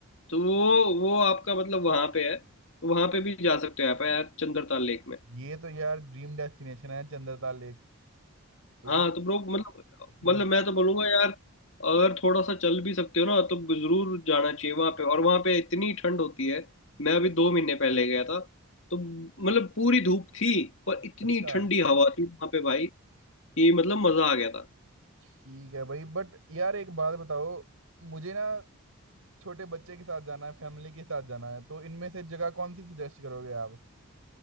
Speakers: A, on the left; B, on the right.
A: तो वो वो आपका मतलब वहां पे है तो वहां पे भी जा सकते हो आप यार चंद्रताल लेक में
B: ये तो यार ड्रीम डेस्टिनेशन है चंद्रताल लेक एक
A: हाँ
B: वो
A: तो ब्रो मतलब
B: हम्म,
A: मतलब मैं तो बोलूंगा यार अगर थोड़ा सा चल भी सकते हो ना तो जरूर जाना चाहिए वहां पे और वहां पे इतनी ठंड होती है मैं अभी दो महीने पहले गया था तो मतलब पूरी धूप थी पर इतनी
B: अच्छा
A: ठंडी हवा थी वहां पे भाई कि मतलब मजा आ गया था
B: ठीक है भाई बट यार एक बात बताओ मुझे ना छोटे बच्चे के साथ जाना है फैमिली के साथ जाना है तो इनमें से जगह कौन सी सजेस्ट करोगे आप